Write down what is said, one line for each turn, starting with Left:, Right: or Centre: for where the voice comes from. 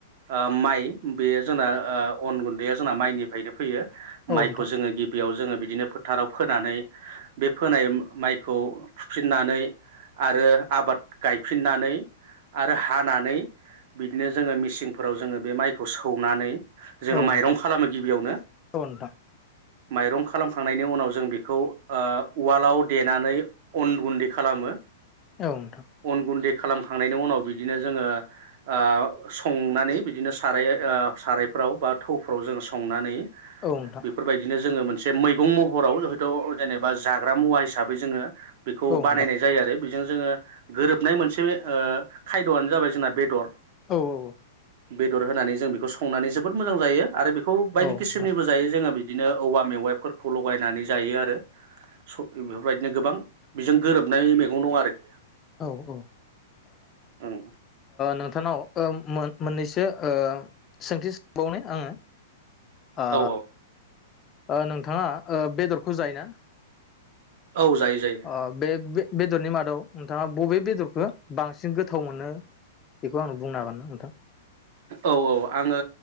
Right: ओ माइ बेयो जोंना ओ अन गुन्दैया जोंना माइनिफ्रायनो फैयो
Left: औ
Right: माइखौ
Left: नोंथां
Right: जोङो गिबियाव जोङो बिदिनो फोथाराव फोनानै बे फोनाय माइखौ फुफिननानै आरो आबाद गायफिननानै आरो हानानै बिदिनो जोङो मेसिनफोराव जोङो बे माइखौ सौनानै जोङो
Left: औ
Right: माइरं
Left: नोंथां
Right: खालामो गिबियावनो
Left: औ नोंथां
Right: माइरं खालामखांना नायनि उनाव जों बेखौ उवालाव देनानै अन गुन्दै खालामो
Left: औ नोंथां
Right: अन गुन्दै खालामखांनायनि उनाव बिदिनो जोङो ओ संनानै बिदिनो साराय ओ सारायफ्राव बा थौफ्राव जोङो संनानै
Left: औ नोंथां
Right: बेफोरबायदिनो जोङो मोनसे मै महराव जेनेबा जाग्रा मुवा हिसाबै जोङो बेखौ
Left: औ
Right: बानायनाय
Left: नोंथां
Right: जायो आरो जों जोङो गोरोबनाय मोनसे ओ खायद'आनो जाबाय जोंना बेदर
Left: औ औ
Right: बेदर होनानै जों बेखौ संनानै जोबोद मोजां जायो आरो बे बे खौ बायदि
Left: औ
Right: किसमनिबो
Left: नोंथां
Right: जायो जोङो बिदि बिदिनो औवा मेवाइफोर खौ लगायनानै जायो आरो बेफोरबायदिनो गोबां बेजों गोरोबनाय मैगं दं आरोखि
Left: औ औ ओ
Right: ओं
Left: नोंथां सानाव मोननैसो सोंथि सोबावनि आङो ओ
Right: औ
Left: ओ नोंथाङा ओ बेदरखौ जायो ना?
Right: औ जायो जायो
Left: अ बे-बे बेदरनि मादाव नोंथाङा बबे बेदरखौ बांसिन गोथाव मोनो बेखौ आं बुंनो हागोन ना नोंथां
Right: औ औ आङो